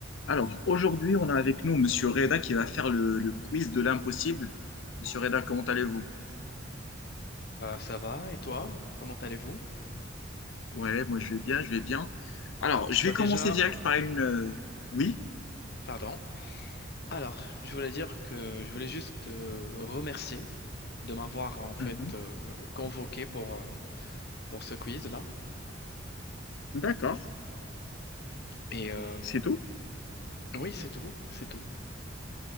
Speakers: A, on the left; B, on the left.
A: Alors, aujourd'hui, on a avec nous Monsieur Reda qui va faire le, le quiz de l'impossible. Monsieur Reda, comment allez-vous?
B: Bah, ça va, et toi? Comment allez-vous?
A: Ouais, moi je vais bien, je vais bien. Alors, je
B: Bah
A: vais commencer
B: déjà,
A: direct par une... euh, Oui?
B: pardon. Alors, je voulais dire que je voulais juste te remercier de m'avoir en fait
A: Mhm.
B: euh, convoqué pour, euh, pour ce quiz-là.
A: D'accord,
B: Et euh,
A: c'est tout.
B: oui, c'est tout, c'est tout.